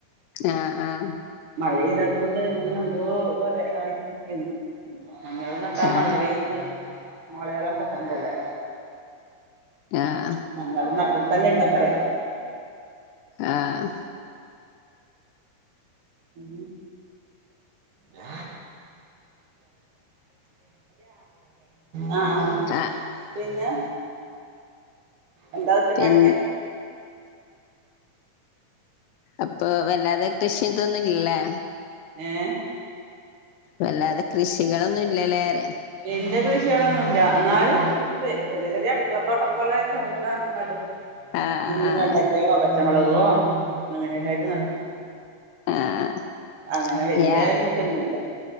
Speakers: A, on the left (about 80°); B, on the right (about 70°).
A: ആഹ് ആഹ്
B: മഴ ഇല്ലാത്തോണ്ട് ഇനി എന്തോ പോലെ ആയിട്ട് നിക്കെന്നു മഞ്ഞൾ നട്ടാ
A: ആ
B: മഴ പെയ്ത് മുളയെല്ലാം പൊട്ടെണ്ടയല്ലേ.
A: ആഹ്
B: ഞങ്ങളും നട്ടിട് തന്നെ നേണ്ടത്തറേ
A: ആഹ്
B: ഉം <unintelligible> ആഹ
A: ആ
B: പിന്നെ എന്താ ഉച്ചക്കാക്കിയ
A: പിൻ അപ്പൊ വല്ലാതെ കൃഷി ഇതൊന്നും ഇല്ലേ
B: ഏഹ്
A: വല്ലാതെ കൃഷികളൊന്നും ഇല്ലലേ പറി
B: വല്യ കൃഷികളൊന്നും ഇല്ല എന്നാലും ഇണ്ട് ചെറിയ ചെറിയ അടുക്കളത്തോട്ടം പോലെ ചെറുതിന നടും.
A: ആ
B: അങ്ങനെ വെണ്ടക്കയോ, പച്ചമുളകോ, അങ്ങനെ എല്ലായിട്ട് നടും.
A: ഏഹ്
B: അങ്ങനെ വല്യ
A: യാ
B: കൃഷിയൊന്നുല്ല